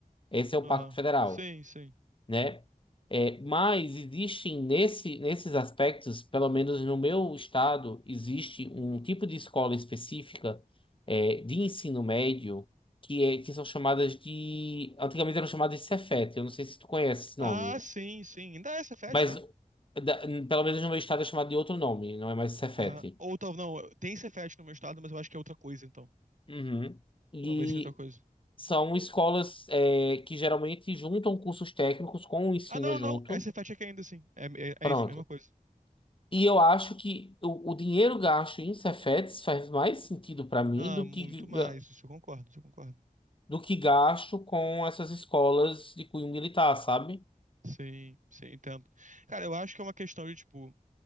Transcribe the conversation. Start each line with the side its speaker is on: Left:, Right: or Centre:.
Left: Esse é o
Right: Aham.
Left: pacto federal
Right: Sim, sim.
Left: né? É, mas existem nesse, nesses aspectos, pelo menos no meu estado, existe um tipo de escola específica é, de ensino médio que, é, que são chamadas de. Antigamente eram chamadas de Cefet, eu não sei se tu conhece esse
Right: Ah,
Left: nome,
Right: sim, sim. Ainda é Cefet,
Left: mas
Right: não é?
Left: da- pelo menos no meu estado é chamado de outro nome, não é mais Cefet.
Right: Ah, ou talvez não, tem Cefet no meu estado, mas eu acho que é outra coisa, então.
Left: Uhum. E
Right: Talvez seja outra coisa.
Left: são escolas é, que geralmente juntam cursos técnicos com o ensino
Right: Ah, não,
Left: junto.
Right: não. É Cefet aqui ainda, sim. É, é,
Left: Pronto.
Right: é isso, mesma coisa.
Left: E eu acho que o, o dinheiro gasto em Cefetes faz mais sentido para mim
Right: Ah,
Left: do
Right: muito
Left: que, ga-
Right: mais. Isso eu concordo, isso eu concordo.
Left: do que gasto com essas escolas de cunho militar, sabe?
Right: Sim, sim, entendo. Cara, eu acho que é uma questão de, tipo,